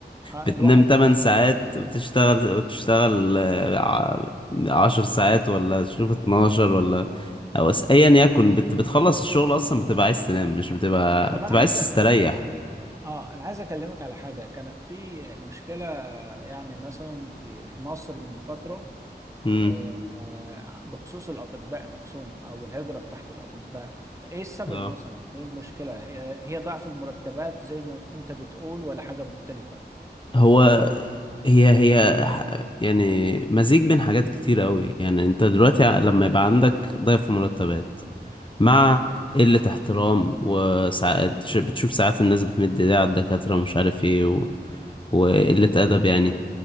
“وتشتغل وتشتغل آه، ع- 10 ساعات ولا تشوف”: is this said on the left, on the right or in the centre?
Left